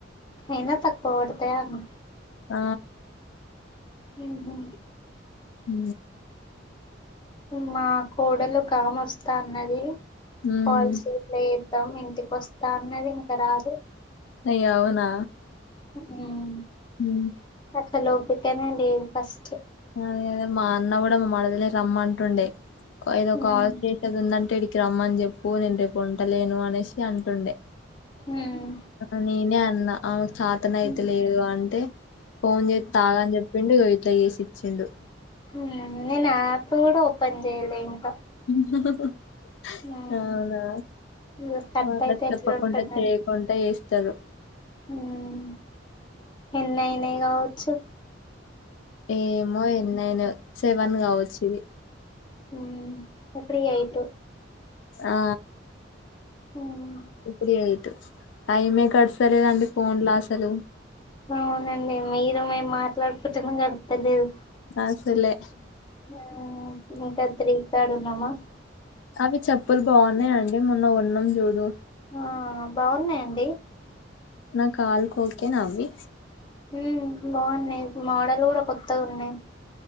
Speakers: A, on the left (about 25°); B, on the left (about 75°).
A: ఎనా తక్కువ పడతా అండి
B: ఆ
A: ఉహు
B: ఉ
A: మా కోడలు ఒక ఆమె వస్తాన్నది
B: ఉమ్,
A: పాలసీ లే వత్తం ఇంటికి వస్తా అన్నది ఇంక రాలే
B: అయ్యో అవునా
A: ఉమ్
B: ఉమ్
A: అసలు ఓపికనే లేదు ఫస్ట్
B: అదే కదా మా అన్న కూడా మా మాడదిల్ రమ్మంటుండే ఏదో
A: ఉమ్
B: కాల్ చేసేది ఉందంటే ఈడికి రమ్ మ్మని చెప్పు నేను రేపు ఉంటలేను అనేసి అంటుండే
A: ఉమ్
B: ఆ నేనే అన్నా ఆమెకు చాతన అయిత
A: ఉమ్
B: లేదు అంటే ఫోన్ చేత్త ఆగు అని చెప్పిండు ఇగ ఇట్ల చేసి ఇచ్చిండు
A: ఉమ్ నేను యాప్ కూడా ఓపెన్ చేయలే ఇంకా
B: ఉహుహుహు
A: ఉమ్
B: అవునా
A: ఇగ కట్
B: మాకు అట్లా
A: అయితే
B: చెప్పకుండా
A: ఎట్లుంటది
B: చేయకుండా చేస్తారు
A: ఉమ్ ఎన్నయినాయి కావచ్చు
B: ఏమో ఎన్నయినాయో సెవెన్ కావచ్చు ఇది
A: ఉమ్ ఇప్పుడు ఎయిటు
B: ఆ
A: మ్మ్
B: ఇప్పుడు ఎయిట్ టైమే గడుస్తలేదండి ఫోన్ లో అసలు
A: అవునండి మీరు మేము మాట్లాడుకుంటే నే గడుస్తలేదు
B: అస్సలు లే
A: ఉమ్ ఇంకా త్రీ కాడ ఉన్నామా
B: అవి చెప్పులు బాగున్నాయండి మొన్న కొన్నాం చూడు
A: ఆ బాగున్నాయండి
B: నా కాల్కి ఓకే నా అవ్వి
A: ఉమ్ బాగున్నాయి మాడలు కూడా కొత్తగా ఉన్నాయి